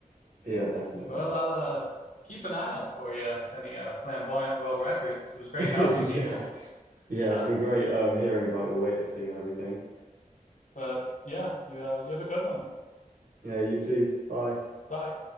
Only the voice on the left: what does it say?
Well, I'll uh, keep an eye out for you. Any uh, flamboyant world records. It was great
talking to
you.
Uh,
but yeah, you uh, you have a good one.
Bye.